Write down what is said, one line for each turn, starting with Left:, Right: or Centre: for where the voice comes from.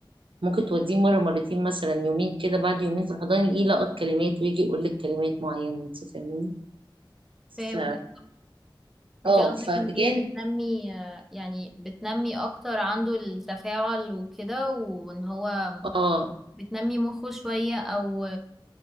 Right: ممكن توديه مرة مرتين مثلا يومين كده بعد يومين في الحضانة يلقط كلمات ويجي يقول لك كلمات معينة انت فاهمين
Centre: فهمتك
Right: ف
Centre: انت
Right: اه
Centre: قصدك
Right: فبجان
Centre: ان هي بتنمي آه، يعني بتنمي اكتر عنده التفاعل وكده وان هو
Right: اه
Centre: بتنمي مخه شوية أو